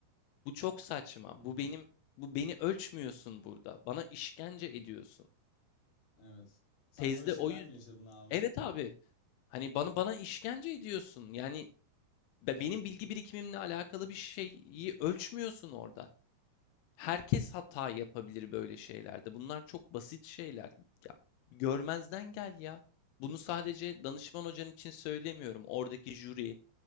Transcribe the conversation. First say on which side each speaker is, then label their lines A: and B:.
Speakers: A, on the left; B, on the left.
A: Bu çok saçma.
B: Hı hı.
A: Bu benim bu beni ölçmüyorsun burada. Bana işkence ediyorsun.
B: Evet. Sen
A: Tezde
B: böyle şeyler
A: o yüz
B: mi yaşadın abi?
A: Evet abi. Hani bana bana işkence ediyorsun. Yani be-
B: <laughs>
A: benim bilgi birikimimle alakalı bir şeyi ölçmüyorsun orada. Herkes hata yapabilir böyle şeylerde. Bunlar çok basit şeyler. Ya, görmezden gel ya. Bunu sadece danışman hocan için söylemiyorum. Oradaki jüri